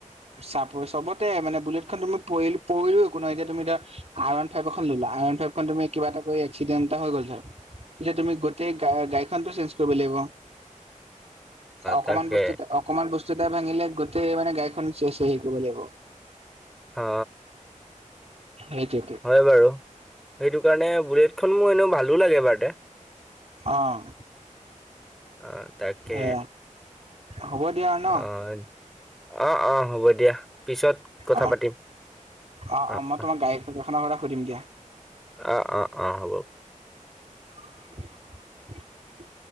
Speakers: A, on the right; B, in the centre.
A: চাপই চবতে মানে বুলেটখন তুমি পৰি পৰিলো একো নাই এতিয়া তুমি এতিয়া আৰ ওৱান ফাইভ এখন ল'লা। আৰ ওৱান ফাইভখন তুমি কিবা এটা কৰি এক্সিডেট এটা হৈ গ'ল ধৰ এতিয়া তুমি গোটেই গাড়ীখনটো চেঞ্জ কৰিব লাগিব। অকমান
B: তাকে
A: বস্তু এটা অকনমান বস্তু এটা ভাঙিলে গোটেই মানে গাড়ীখন চে চে হৰি কৰিব লাগিব
B: অঁ।
A: সেইটোৱেটো।
B: হয় বাৰু। সেইটো কাৰণে বুলেট খন মোৰ এনেও ভালো লাগে বাৰতে।
A: অঁ,
B: আহ তাকে
A: এ হ'ব দিয়া। ন
B: অঁ, অঁ, অঁ হ'ব দিয়া পিছত কথা
A: অ
B: পাতিম।
A: অ
B: অঁ
A: অ মই
B: অঁ।
A: <unintelligible> কথা সুধিব দিয়া।
B: অ', অ', অ', হ'ব।
A: <inaudible>